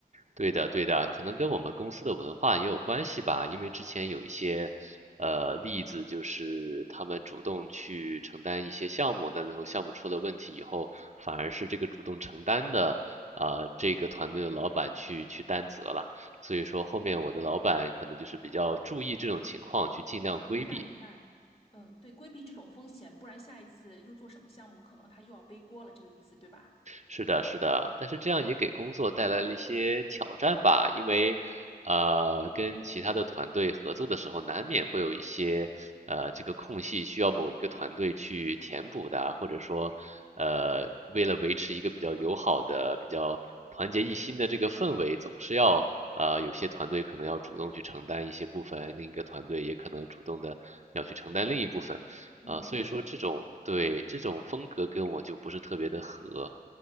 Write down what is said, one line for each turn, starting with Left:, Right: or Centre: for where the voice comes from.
Right: 对的，对的，可能跟我们公司的文化也有关系吧。因为之前有一些，呃，例子就是他们主动去承担一些项目，但最后项目出了问题以后，反而是这个主动承担的，呃，这个团队的老板去去担责了。所以说后面我的老板可能就是比较注意这种情况，去尽量规避。
Left: 明白，明白。嗯，对，规避这种风险，不然下一次又做什么项目，可能他又要背锅了，这个意思，对吧？
Right: 是的，是的，但是这样也给工作带来了一些挑战吧，因为呃，跟其他的团队合作的时候，难免会有一些呃这个空隙需要某一个团队去填补的啊，或者说呃为了维持一个比较友好的、比较团结一心的这个氛围，总是要呃有些团队可能要主动去承担一些部分，另一个团队也可能主动的要去承担另一部分，
Left: 嗯，
Right: 啊、所以说这种对这种风格跟我就不是特别的合。
Left: 对。